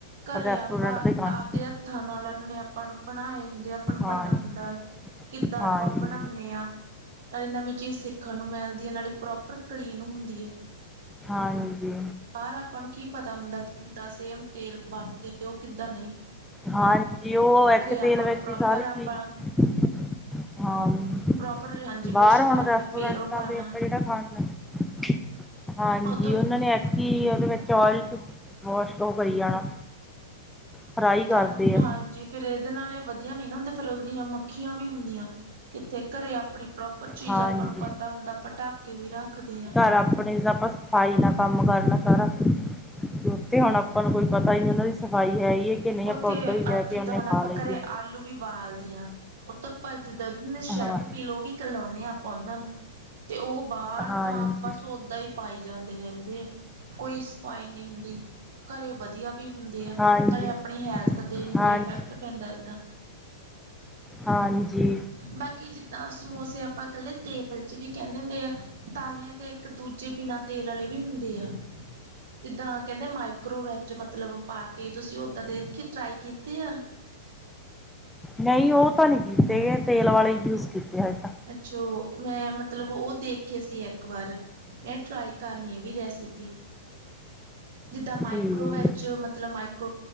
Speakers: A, on the right (about 65°); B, in the centre.
A: ਘਰੇ
B: ਰੈਸਟੋਰੈਂਟ
A: ਆਪਾਂ
B: ਤੇ ਖਾਂਦੇ
A: ਆਪਦੇ ਹੱਥ ਖਾਣ ਨਾਲ ਨੇ ਆਪਾਂ ਨੂੰ ਬਣਾਏ ਹੁੰ ਦੇ ਆਪਾਂ ਨੂੰ
B: ਹਾਂਜੀ
A: ਪਤਾ ਹੁੰਦਾ ਹੈ ਏ, ਕਿੱਦਾਂ
B: ਹਾਂਜੀ
A: ਆਪਾਂ ਬਣਾਉਣੇ ਆ। ਨਾਲੇ ਨਵੀਂ ਚੀਜ਼ ਸਿੱਖਣ ਨੂੰ ਮਿਲਦੀ ਐ, ਨਾਲੇ ਪ੍ਰੋਪਰ ਕਲੀਨ ਹੁੰਦੀ ਐ।
B: ਹਾਂਜੀ।
A: ਬਾਰ ਆਪਾਂ ਨੂੰ ਕੀ ਪਤਾ ਹੁੰਦਾ, ਕਿੱਦਾਂ ਸੇਮ ਤੇਲ ਵਰਤਦੇ ਓ ਕਿੱਦਾਂ ਨਈ।
B: ਹਾਂਜੀ, ਉਹ ਇੱਕ
A: ਆਪਾਂ
B: ਤੇਲ ਵਿੱਚ
A: ਪ੍ਰੋਪਰ
B: ਈ ਸਾਰੀ
A: ਆਪਾਂ
B: ਚੀਜ਼ <inaudible> ਹਾਂਜ <unintelligible>
A: ਪ੍ਰੋਪਰ ਹਾਂਜੀ
B: ਬਾਰ
A: ਵੋਸ਼
B: ਹੁਣ
A: ਕਰਕੇ
B: ਰੈਸਟੋਰੈਂਟਾਂ
A: ਫੇਰ ਉਹ ਕਰਨਾ
B: ਤੇ ਆਪਾਂ ਜਿਹੜਾ ਖਾਣ ਜਾਨੇ <unintelligible> ਹਾਂਜੀ,
A: ਉਹ ਤੋਂ
B: ਉਹਨਾਂ ਨੇ ਇਕ ਕਿ ਉਹਦੇ ਵਿੱਚ ਓਇਲ 'ਚ ਵਾਸ਼ ਉਹ ਕਰੀ ਜਾਣਾ, ਫਰਾਈ ਕਰਦੇ
A: ਤਾਂਨ ਹਾਂਜੀ।
B: ਆ
A: ਫਿਰ ਇਹਦੇ ਨਾਲ ਇਹ ਵਧੀਆ ਨੀ ਨਾ ਹੁੰਦਾ, ਫੇਰ ਓਨੀਆਂ ਮੱਖੀਆਂ ਵੀ ਹੁੰਦੀਆਂ, ਕਿਤੇ ਘਰੇ ਆਪਣੀ ਪ੍ਰੋਪ ਪਰ ਚੀਜ਼
B: ਹਾਂਜੀ
A: ਆਪਾਂ ਨੂੰ ਪਤਾ ਹੁੰਦਾ, ਆਪਾਂ ਟੱਕ ਕੇ ਵੀ ਰੱਖਦੇ ਆ।
B: ਫਿਰ ਆਪਣੇ ਸਪਸ ਸਫਾਈ ਦਾ ਕੰਮ ਕਰਨਾ ਸਾਰਾ, ਕਿਉਕਿ ਹੁਣ ਆਪਾਂ ਨੂੰ ਕੁਛ ਪਤਾ ਈ ਨੀ ਉਹਨਾਂ ਦੀ ਸਫ਼ਾਈ ਹੈਗੀ ਕਿ ਕੇ ਨਹੀਂ
A: ਉੱਥੇ
B: ਆਪਾਂ ਉੱਦਾਂ ਹੀ ਲੈ
A: ਅ ਜਿੱਦਾਂ
B: ਉਹਨੇ
A: ਹੁਣ ਆਪਾਂ
B: ਖਾ ਲਈਏ।
A: ਘਰੇ ਆਲੂ ਵੀ ਬਾਲਦੇ ਆ ਉਹ ਤਾਂ ਭੱਜਦਾ ਨੀ ਸ਼ਲਕ
B: ਹਾਂ
A: ਪੀ ਲਓ, ਉਹ ਵੀ ਕਰਲਾਉਂਨੇ ਆ ਆਪਾਂ ਉਹਨਾਂ ਨੂੰ ਤੇ ਉਹ ਬਾਰ
B: ਹਾਂਜੀ
A: ਤਾਂ ਬਸ ਓਦਾਂ ਈ ਪਾਏ ਜਾਂਦੇ ਰਹਿੰਦੇ ਆ, ਕੋਈ ਸਫ਼ਾਈ ਨੀ ਹੁੰਦੀ ਘਰੇ ਵਧੀਆ ਵੀ ਹੁੰਦੇ ਆ,
B: ਹਾਂਜੀ
A: ਨਾਲੇ ਆਪਣੀ ਹੈਲਥ ਤੇ
B: ਹਾਂਜੀ
A: ਕੋਈ ਇਫੈਕਟ ਪੈਂਦਾ ਏਦਾਂ।
B: ਹਾਂਜੀ।
A: ਬਾਕੀ ਜਿੱਦਾਂ ਸਮੋਸੇ ਆਪਾਂ ਕੱਲੇ ਤੇਲ ਚ ਵੀ ਕਹਿੰਦੇ ਹੁੰਦੇ ਆ, ਤੱਲਨੇ ਤੇ ਇੱਕ ਦੂਜੇ ਬਿਨਾ ਤੇਲ ਆਲੇ ਵੀ ਹੁੰਦੇ ਆ। ਕਿੱਦਾਂ ਕਹਿੰਦੇ, ਮਾਈਕ੍ਰੋਵੇਵ ਚ ਮਤਲਬ ਪਾ ਕੇ ਤੁਸੀਂ ਓਦਾਂ ਦੇਖ ਕੇ ਟਰਾਈ ਕੀਤੇ ਆ।
B: ਨਈ ਉਹ ਤਾਂ ਨਈ ਕੀਤੇ ਗੇ, ਤੇਲ ਵਾਲੇ ਯੂਜ ਕੀਤੇ ਹਜੇ ਤਾਂ।
A: ਅੱਛਾ, ਮੈਂ ਮਤਲਬ ਉਹ ਦੇਖੇ ਸੀ ਇੱਕ ਵਾਰ। ਮੈਂ ਟਰਾਈ ਕਰਨੀ ਇਹ ਵੀ ਰੈਸਿਪੀ। ਜਿੱਦਾਂ ਮਾਈਕਰੋ
B: ਠੀਕ
A: ਵਿੱਚ ਮਤਲਬ ਮਾਈਕ